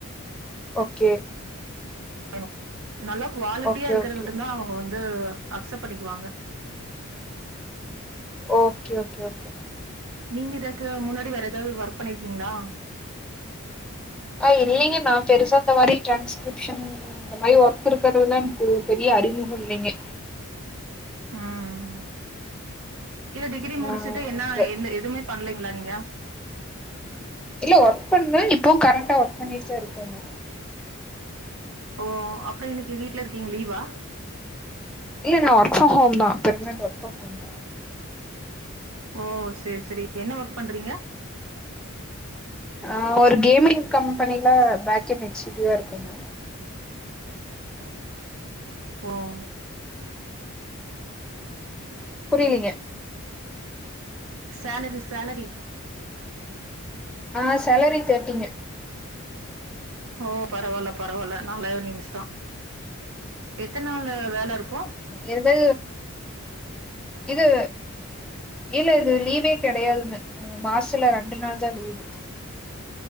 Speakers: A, in the centre; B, on the right (about 75°).
A: ஓகே
B: னு நல்ல குவாலிட்டியா
A: ஓகே
B: இருக்கறத
A: ஓகே
B: மட்டுதா அவுங்க வந்து அக்சப்ட் பண்ணிக்குவாங்க
A: ஓகே ஓகே ஓகே
B: நீங்க இதற்கு முன்னாடி வேற ஏதாவது ஒர்க் பண்ணிருக்கீங்ளா
A: ஆ இல்லைங்க நா பெருசா இந்த மாரி ட்ரான்ஸ்கிரிப்ஷன் இந்த மாரி ஒர்க் இருக்கிறதுலா எனக்கு பெரிய அறிமுகோ இல்லேங்க
B: ம் இல்ல டிகிரி
A: ஆ
B: முடிச்சுட்டு என்னா
A: இந்த
B: எந் எதுவுமே பண்லிங்ளா நீங்க
A: இல்ல ஒர்க் பண்ணே இப்போவு கரண்ட்டா ஒர்க் பண்ணிட்டு தா இருக்கேங்க
B: ஓ அப்புறோ இன்னைக்கு வீட்ல இருக்கீங்க லீவா
A: இல்ல நா ஒர்க் ஃப்ரம் ஹோம் தா பெர்மனட் ஒர்க் ஃப்ரம் ஹோம் தா
B: ஓ சேர் சேரி என்ன ஒர்க் பண்றீங்க
A: ஆ ஒரு கேமிங் கம்பெனில பேக்கேன்ட் எக்ஸூகியுட்டிவா இருக்கேங்க
B: ம்
A: புரியலிங்க
B: சேலரி சேலரி
A: ஆ சேலரி தேட்டீங்க
B: ஓ பரவால்ல பரவால்ல நல்ல இர்னிங்ஸ் தா எத்தன் நாளு வேல இருக்கு
A: என்து இது இல்ல இது லீவே கிடையாதுன்னு மாச்த்துல ரெண்டு நாள் தா லீவு